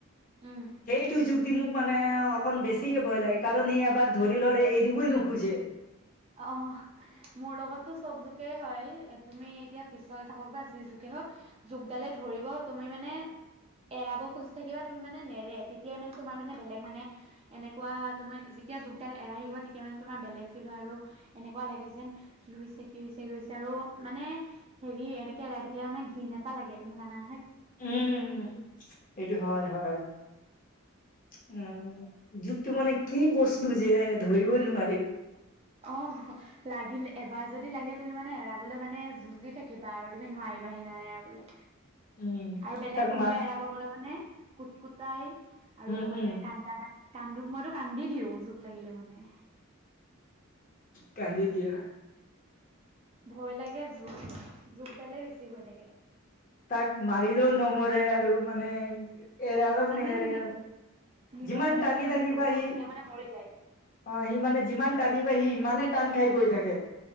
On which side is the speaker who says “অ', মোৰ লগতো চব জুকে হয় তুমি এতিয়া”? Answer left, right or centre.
Right